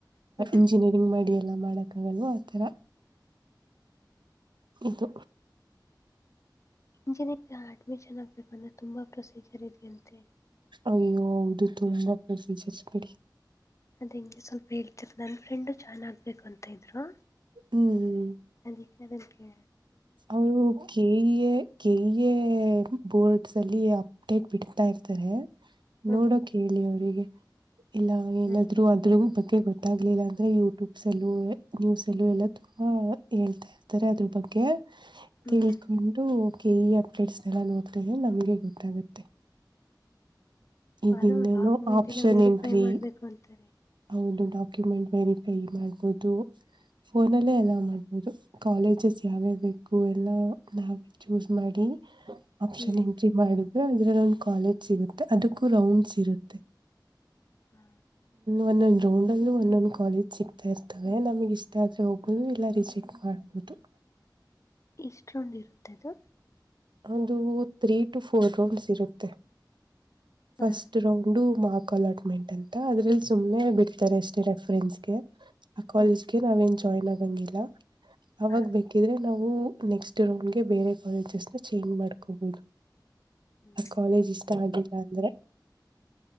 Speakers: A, on the left; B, on the right.
A: ಹ್ಮ್
B: ಇಂಜಿನಿಯರಿಂಗ್ ಮಾಡಿ ಎಲ್ಲಾ ಮಾಡಕಗಲ್ ಆತರ ಇದು
A: ಇಂಜಿನಿಯರ್ ಅಡ್ಮಿಷನ್ ಆಗ್ಬೇಕಂದ್ರೆ ತುಂಬಾ ಪ್ರೊಸೀಜರ್ ಇದೆಯಂತೆ
B: ಅ ಹೌದು ತುಂಬಾ ಪ್ರೋಸೆಸ್ ಬಿಡಿ
A: ಅದ ಹಂಗೆ ಸ್ವಲ್ಪ ಹೇಳ್ತರ್ ನನ್ ಫ್ರೆಂಡು ಜಾಯಿನ್ ಆಗಬೇಕು ಅಂತ ಇದ್ರು
B: ಹ್ಮ್
A: ಅದಕ್ಕೆದಕ್ಕೆ
B: ಅವರು K A K A boards ಅಲ್ಲಿ ಅಪ್ಡೇಟ್ ಬಿಡ್ತಾ ಇರ್ತಾರೆ
A: ಹ್ಮ್
B: ನೋಡೋಕ್ ಹೇಳಿ ಅವರಿಗೆ ಇಲ್ಲ ಏನಾದ್ರು
A: ಹ್ಮ್
B: ಅದ್ ಬಗ್ಗೆ ಗೊತ್ತ ಗೊತ್ತಾಗ್ಲಿಲ್ಲ ಅಂದ್ರೆ ಯೂಟ್ಯೂಬ್ಸಲ್ಲೂ ನ್ಯೂಸ್ಲ್ಲೂ ಎಲ್ಲ ತುಂಬಾ ಹೇಳ್ತಾ ಇರ್ತಾರೆ ಅದ್ರ ಬಗ್ಗೆ
A: ಹ್ಮ್
B: ತಿಳ್ಕೊಂಡು
A: ಹ್ಮ್
B: ಓಕೆ ಈ ಅಪ್ಡೇಟ್ಸ್ನೆಲ್ಲ ನೋಡ್ರ ನಮ್ಗೆ ಗೊತ್ತಾಗುತ್ತೆ ಈಗಿನ್ನೇನೋ
A: ಅದು ಡಾಕ್ಯುಮೆಂಟ್
B: ಆಪ್ಷನ್
A: ಎಲ್ಲ ವೆರಿಫೈ
B: ಎಂಟ್ರಿ
A: ಮಾಡ್ಬೇಕು ಅಂತಾರೆ
B: ಹೌದು ಡಾಕ್ಯುಮೆಂಟ್ ವೆರಿಫೈ ಮಾಡ್ಬೋದು ಫೋನಲ್ಲೇ ಎಲ್ಲ ಮಾಡ್ಬ ಹೌದು ಕಾಲೇಜಸ್ ಯಾವ್ಯ ಬೇಕು ಎಲ್ಲ ನಾವ ಚೂಸ್ ಮಾಡಿ ಆಪ್ಷನ್
A: ಹ್ಮ್
B: ಎಂಟ್ರಿ ಮಾಡಿದ್ರೆ ಅದ್ರಲ್ಲ ಒಂದು ಕಾಲೇಜ್ ಸಿಗತ್ತೆ ಅದಕ್ಕೂ ರೌಂಡ್ಸ್ ಇರುತ್ತೆ
A: ಹ್ಮ
B: ಒಂದೊಂದ್ ರೌಂಡ್ ಅಲ್ಲಿ ಒಂದೊಂದ್ ಕಾಲೇಜ್ ಸಿಗ್ತಾ ಇರ್ತವೆ ನಮಗ್ ಇಷ್ಟ ಆದ್ರೆ ಹೋಗ್ಬಹುದು ಇಲ್ಲ ರಿಜೆಕ್ಟ್ ಮಾಡ್ಬಹುದು <inaudible>
A: ಎಷ್ಟೊಂಡ ಇರುತ್ತದು
B: ಅದು ತ್ರೀ ಟು ಫೋರ್ ರೌಂಡ್ಸ್ ಇರುತ್ತೆ ಫಸ್ಟ್
A: ಹಾ
B: ರೌಂಡ್ ಮಾರ್ ಅಲಾಟ್ಮೆಂಟ್ ಅಂತ ಅದ್ರಲ್ಲಿ ಸುಮ್ನೆ ಬಿಡ್ತಾರೆ ಅಷ್ಟೇ ರೆಫರೆನ್ಸ್ಗೆ ಆ ಕಾಲೇಜ್ಗೆ
A: ಹಾ
B: ನಾವ ಜಾಯ್ನ್ ಆಗಂಗಿಲ್ಲ ಅವಾಗ
A: ಹಾ
B: ಬೇಕಿದ್ರೆ ನಾವು ನೆಕ್ಸ್ಟ್ ರೌಂಡ್ಗೆ ಬೇರೆ ಕಾಲೇಜಸ್ ನ ಚೇಂಜ್ ಮಾಡ್ಕೋಬಹುದು
A: ಹ್ಮ್
B: ಕಾಲೇಜ್ ಇಷ್ಟ ಆಗಿಲ್ಲ ಅಂದ್ರೆ